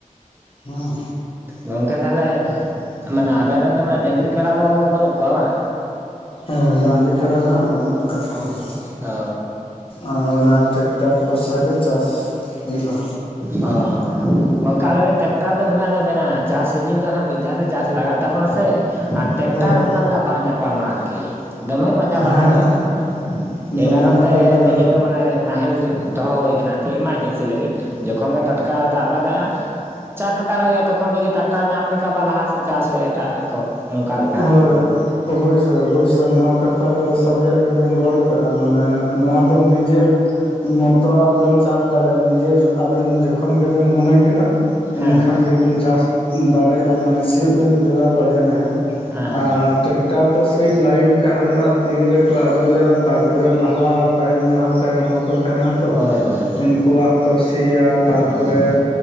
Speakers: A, on the left (about 40°); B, on the right (about 15°).
A: ᱩᱸ
B: ᱜᱚᱝᱠᱮ ᱛᱟᱦᱚᱞᱮ ᱢᱟᱱᱮ ᱟᱵᱮᱱ ᱨᱮᱱ ᱫᱚ ᱢᱟᱱᱮ ᱰᱟᱹᱝᱜᱽᱨᱤ ᱠᱟᱰᱟ ᱫᱚ ᱵᱟᱹᱱᱩᱜ ᱠᱚᱣᱟ ᱵᱟᱝ
A: ᱦᱮᱸ ᱰᱟᱺᱝᱨᱤ ᱠᱟᱰᱟ ᱫᱚ ᱦᱟᱸᱜ ᱵᱟᱱᱩᱜ ᱟᱠᱟᱫ ᱠᱚᱣᱟ ᱦᱟᱸᱜ
B: ᱚ
A: ᱟᱨ ᱚᱱᱟ ᱛᱮ ᱴᱨᱠᱴᱟᱨ ᱵᱷᱚᱨᱥᱟ ᱜᱮ ᱪᱟᱥ ᱦᱳᱭᱳᱼᱟ᱾
B: ᱚᱸ ᱵᱟᱝᱠᱟ ᱟᱞᱮ ᱫᱚ ᱴᱮᱠᱴᱟᱨ ᱫᱚ ᱢᱮᱱᱟᱜ ᱫᱚ ᱢᱮᱱᱟᱜ-ᱟ ᱪᱟᱥ ᱥᱤᱡᱤᱱ ᱫᱚ ᱦᱟᱸᱜ ᱢᱤᱫ ᱫᱷᱟᱣ ᱛᱮ ᱪᱟᱥ ᱞᱟᱜᱟᱜ ᱛᱟᱵᱚᱱᱟ ᱥᱮ ᱟᱨ ᱴᱮᱠᱴᱟᱨ
A: ᱦᱳᱭ ᱦᱳᱭ
B: ᱚᱱᱠᱟ ᱞᱮᱠᱟ ᱵᱟᱝ ᱧᱟᱯᱟᱢᱟ ᱟᱨ ᱠᱤ ᱫᱚᱢᱮ ᱯᱟᱸᱡᱟ ᱵᱟᱲᱟ
A: ᱦᱮᱸ
B: ᱦᱩᱭᱩᱜ- ᱟ
A: ᱫᱚᱢᱮ
B: ᱮ ᱠᱟᱨᱚᱱ
A: ᱯᱟᱸᱡᱟ
B: ᱛᱮ
A: ᱵᱟᱲᱟ
B: ᱱᱤᱡᱟᱹ ᱢᱟᱱᱮ ᱱᱟᱦᱮᱞ ᱡᱮ ᱫᱚᱦᱚ ᱦᱩᱭ ᱠᱟᱱᱟ ᱟᱨ ᱠᱤ ᱮᱢᱟᱨ ᱡᱮᱱᱥᱤ ᱞᱟᱹᱜᱤᱫ ᱡᱚᱠᱷᱚᱱ ᱜᱮ ᱴᱟᱴᱠᱟ ᱫᱟᱜ ᱞᱟᱜᱟᱜ-ᱟ ᱪᱟᱥ ᱦᱟᱛᱟᱲ ᱦᱩᱭᱩᱜ-ᱟ ᱛᱚᱠᱷᱚᱱ ᱠᱷᱚᱡ ᱡᱤ ᱴᱨᱟᱠᱴᱟᱨ ᱧᱟᱢ ᱞᱮᱱᱠᱷᱟᱱ ᱟᱵᱟᱨ ᱞᱟᱦᱟ ᱥᱮᱫ ᱪᱟᱥ ᱦᱩᱭᱩᱜ-ᱟ ᱮᱴᱟᱜ ᱟᱜ ᱠᱚ ᱚᱱᱠᱟ ᱞᱮᱠᱟ
A: ᱦᱚᱭ
B: ᱟᱨᱠᱤ
A: ᱚᱵᱚᱭᱥᱥᱚ ᱚᱵᱚᱭᱥᱥᱚ ᱱᱚᱣᱟ ᱠᱟᱛᱷᱟ ᱫᱚ ᱥᱟᱨᱤ ᱭᱟᱜ ᱜᱤᱵᱮᱱ ᱨᱚᱲ ᱠᱟᱫᱟ ᱢᱟᱱᱮ ᱱᱚᱣᱟ ᱫᱚ ᱱᱤᱡᱮᱨ ᱢᱚᱛᱚ ᱣᱟᱜ ᱵᱮᱱ ᱪᱟᱥ ᱫᱟᱲᱮᱜ-ᱟ ᱱᱤᱡᱮᱨ ᱟᱵᱮᱱ ᱡᱚᱠᱷᱚᱱ ᱜᱤᱵᱮᱱ ᱢᱚᱱᱮ ᱠᱮᱫᱟᱼᱼ
B: ᱦᱮᱸ
A: ᱩᱱᱠᱷᱟᱱ ᱜᱮᱵᱮᱱ ᱪᱟᱥ ᱫᱟᱲᱮᱭᱟᱜᱼᱟ ᱢᱟᱱᱮ ᱥᱤᱭᱳᱜ ᱵᱮᱱ ᱡᱚᱲᱟᱣ ᱫᱟᱲᱮᱭᱟᱜᱼᱟ᱾ ᱱᱟᱦᱮᱞ ᱟᱨ
B: ᱦᱮᱸ ᱦᱮᱸ
A: ᱴᱨᱟᱠᱴᱟᱨ ᱫᱚ ᱥᱮᱭ ᱞᱟᱭᱤᱱ ᱠᱟᱜ ᱦᱩᱭᱩᱜᱼᱟ ᱛᱤᱨᱮ ᱠᱚ ᱟᱹᱜᱩᱭᱟ ᱛᱟᱨᱯᱚᱨᱮ ᱞᱟᱦᱟ ᱛᱟᱭᱚᱢ ᱞᱟᱦᱟ ᱛᱟᱭᱚᱢ ᱦᱚᱲ ᱠᱚ ᱛᱟᱦᱮᱱᱟ ᱛᱚ
B: ᱦᱳᱭ ᱦᱳᱭ
A: ᱩᱱᱠᱩᱣᱟᱜ ᱠᱚ ᱥᱤᱭᱟ ᱛᱟᱨᱯᱚᱨᱮ
B: ᱦᱮᱸ